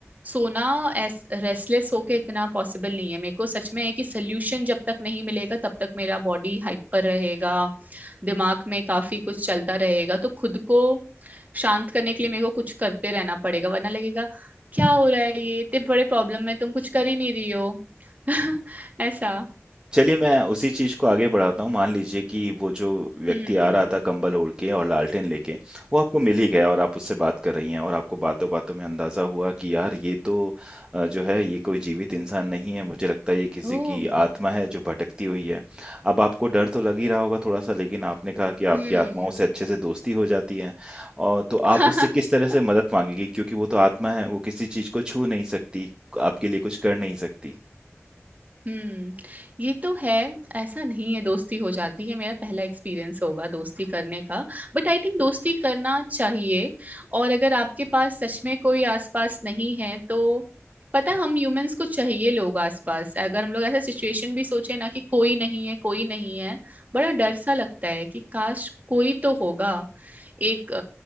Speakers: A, on the right; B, on the right.
A: सोना एस रेस्टलेस होके इतना पॉसिबल नहीं है मेरे को सच में है कि सोल्यूशन जब तक नहीं मिलेगा तब तक मेरा बॉडी हाइपर रहेगा दिमाग में काफी कुछ चलता रहेगा तो खुद को शांत करने के लिए मेरे को कुछ करते रहना पड़ेगा वरना लगेगा क्या हो रहा है ये इतने बड़े प्रॉब्लम में तुम कुछ कर ही नहीं रही हो <laughs> ऐसा
B: चलिए मैं उसी चीज को आगे बढ़ाता हूँ मान लीजिए कि वो जो व्यक्ति
A: हम्म
B: आ रहा था कंबल ओढ़ के और लालटेन लेके वो आपको मिल ही गया और आप उससे बात कर रही हैं और आपको बातों बातों में अंदाजा हुआ कि यार ये तो अ, जो है ये कोई जीवित इंसान नहीं है मुझे लगता है ये किसी
A: ओ
B: की आत्मा है जो भटकती हुई है अब आपको डर तो लग ही रहा होगा थोड़ा सा लेकिन आपने कहा कि आपकी
A: हम्म
B: आत्माओं से अच्छे से दोस्ती हो जाती है और तो
A: <laughs>
B: आप उससे किस तरह से मदद मांगेगी क्योंकि वो तो आत्मा है वो किसी चीज को छू नहीं सकती आपके लिए कुछ कर नहीं सकती
A: हम्म ये तो है ऐसा नहीं है दोस्ती हो जाती है मेरा पहला एक्सपीरियंस होगा दोस्ती करने का बट आई थिंक दोस्ती करना चाहिए और अगर आपके पास सच में कोई आसपास नहीं है तो पता है, हम ह्यूमंस को चाहिए लोग आसपास अगर हम लोग ऐसा सिचुएशन भी सोचे ना कि कोई नहीं है कोई नहीं है बड़ा डर सा लगता है कि काश कोई तो होगा एक अ,